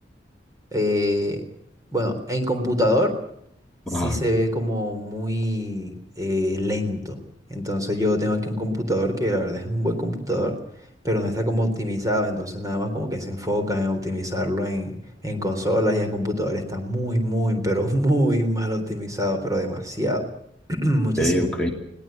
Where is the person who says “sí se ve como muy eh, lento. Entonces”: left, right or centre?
Right